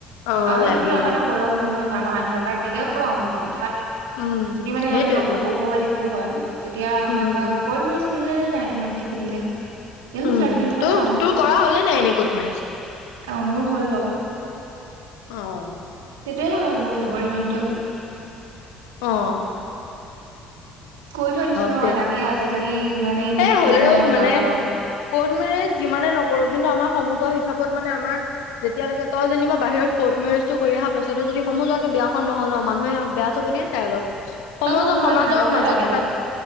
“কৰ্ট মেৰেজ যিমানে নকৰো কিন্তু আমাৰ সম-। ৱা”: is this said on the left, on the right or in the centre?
Left